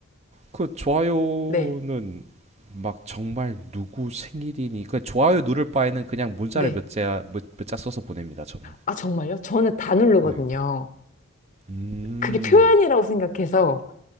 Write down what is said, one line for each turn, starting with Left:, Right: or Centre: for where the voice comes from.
Right: 그 좋아요는
Left: 네,
Right: 막 정말 누구 생일이니 그 좋아요 누를 바에는 그냥 문자를
Left: 네.
Right: 몇 자, 몇, 몇자 써서 보냅니다, 저는.
Left: 아 정말요? 저는 다 누르거든요.
Right: 네. 음.
Left: 그게 표현이라고 생각해서